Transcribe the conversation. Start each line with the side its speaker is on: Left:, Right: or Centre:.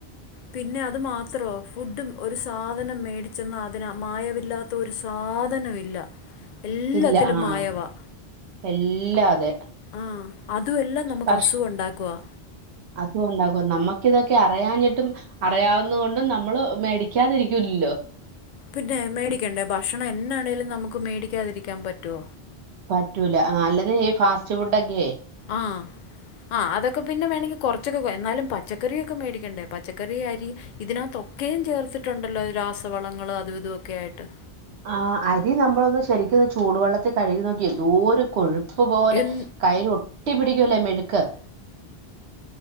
Left: പിന്നെ അത് മാത്രോ ഫുഡും ഒരു സാധനം മേടിച്ചെന്നാ അതിന് മായവില്ലാത്ത ഒരു സാധനവില്ല എല്ലാത്തിലും
Right: ഇല്ല ആഹ്
Left: മായവാ
Right: എല്ലാ അതെ
Left: ആഹ് അതു എല്ലാം നമുക്കസുഖവുണ്ടാക്കുവാ
Right: പക്ഷെ അതും ഉണ്ടാകും നമ്മക്കിതക്കെ അറിയാഞ്ഞിട്ടും അറിയാവുന്നതുകൊണ്ടും നമ്മള് മേടിക്കാതിരിക്കൂല്ലല്ലോ
Left: പിന്നേ മേടിക്കണ്ടേ ഭക്ഷണം എന്നാണേലും നമുക്ക് മേടിക്കാതിരിക്കാൻ പറ്റോ
Right: പറ്റൂല ആ അല്ലാതെ ഈ ഫാസ്റ്റ് ഫുഡക്കേ
Left: ആഹ് ആഹ് അതക്ക പിന്ന വേണെങ്കിക്കൊറ ഉച്ചക്ക് എന്നാലും പച്ചക്കറിയൊക്ക മേടിക്കണ്ടേ പച്ചക്കറിയരി ഇതിനകത്തൊക്കേയും ചേർത്തിട്ടുണ്ടല്ലോ രാസവളങ്ങള് അതു വിതുവൊക്കെയായിട്ട്.
Right: ആഹ് അരി നമ്മളൊന്ന് ശെരിക്കൊന്ന് ചൂടുവെള്ളത്തിൽ കഴുകി നോക്കിയേ എന്തോരംകൊഴു ഉപ്പ് പോലെ
Left: എൻ
Right: കൈയിലൊട്ടി പിടിക്കൂലേ മെഴുക്ക്.